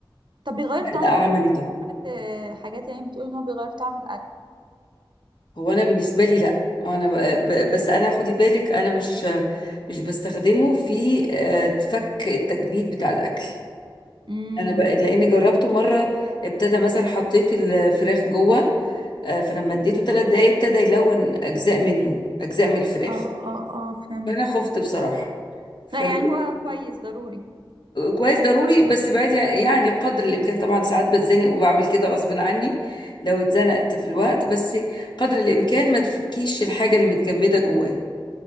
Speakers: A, on the right; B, on the left.
A: طب بيغير طعم
B: لا عملي
A: الاكل كنت
B: طبعا
A: سمعت آه، حاجات يعني بتقول ان هو بيغير طعم الاكل
B: هو انا بالنسبه لي لا انا ب- ب- بس انا خدي بالك انا مش مش بستخدمه في آه، تفك التجميد بتاع الاكل
A: امم
B: انا ب... لاني جربته مره ابتدى مثلا حطيت الفراخ جوه آه، فلما اديته ثلاث دقايق ابتدى يلون اجزاء منه اجزاء من الفراخ
A: اه اه اه فهمت
B: فانا خفت بصراحه فانا
A: لا يعني هو كويس ضروري
B: كويس ضروري بس بعيد يعني يعني قدر الامكان طبعا ساعات بتزنق وبعمل كده غصب عني لو اتزنقت في الوقت بس قدر الامكان ما تفكيش الحاجه اللي متجمده جواه